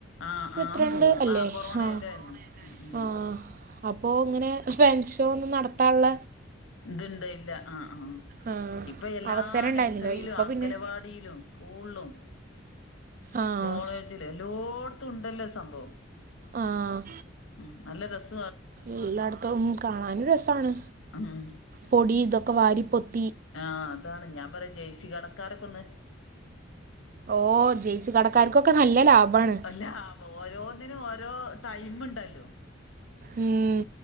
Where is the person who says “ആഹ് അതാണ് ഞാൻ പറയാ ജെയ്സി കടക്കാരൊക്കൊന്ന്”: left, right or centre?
Left